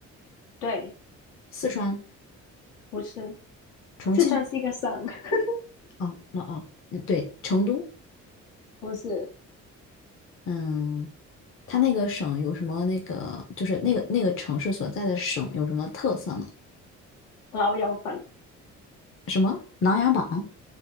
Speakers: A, on the left; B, on the left.
A: 对，
B: 四川、
A: 不是，
B: 重庆？
A: 四川是一个省，<laughs>
B: 哦，那哦，那对，成都。
A: 不是，
B: 嗯，它那个省有什么那个，就是那个那个城市所在的省有什么特色吗？
A: 老友粉，
B: 什么琅琊榜、